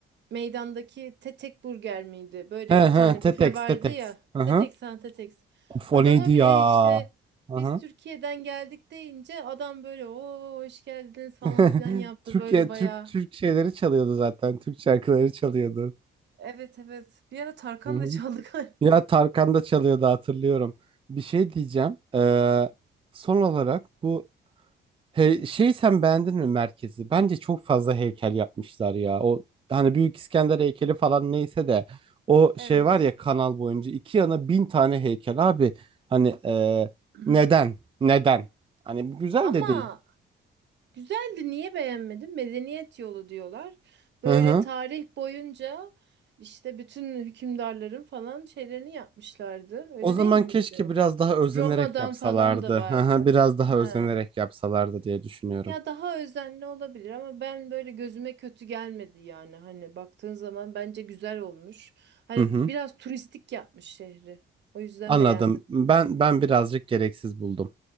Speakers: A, on the right; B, on the right.
A: meydandaki Tetek Burger miydi? Böyle
B: He he
A: bir tane
B: Tetex
A: büfe vardı
B: Tetex.
A: ya.
B: Hı
A: Tetek
B: hı.
A: sen Tetek.
B: Of
A: Adama
B: o neydi ya?
A: bile işte
B: Hı
A: biz
B: hı.
A: Türkiye'den geldik deyince adam böyle o hoş geldiniz falan
B: <laughs>
A: filan yaptı
B: Türkiye
A: böyle bayağı.
B: Türk Türk şeyleri çalıyordu zaten. Türk şarkıları çalıyordu.
A: Evet evet. Bir ara Tarkan
B: Hı hı.
A: da çaldı <laughs> galiba.
B: Ya Tarkan da çalıyordu hatırlıyorum. Bir şey diyeceğim. Ee, son olarak bu he, şey sen beğendin mi merkezi? Bence çok fazla heykel yapmışlar ya. O hani Büyük İskender heykeli falan neyse de o şey
A: Evet.
B: var ya kanal boyunca iki yana bin tane heykel abi. Hani e,
A: <clears throat>
B: neden? Neden? Hani bu güzel
A: Ama
B: de değil.
A: güzeldi. Niye beğenmedin? Medeniyet yolu diyorlar. Böyle
B: Hı hı.
A: tarih boyunca işte bütün hükümdarların falan şeylerini yapmışlardı. Öyle
B: O zaman
A: değil miydi?
B: keşke biraz daha özenerek
A: Roma'dan
B: yapsalardı.
A: falan da vardı.
B: Hı hı, Biraz daha
A: He.
B: özenerek yapsalardı diye düşünüyorum.
A: Ya daha özenli olabilir ama ben böyle gözüme kötü gelmedi yani. Hani baktığın zaman bence güzel olmuş. Hani
B: Hı hı.
A: biraz turistik yapmış şehri. O yüzden
B: Anladım.
A: beğendim.
B: Ben ben birazcık gereksiz buldum.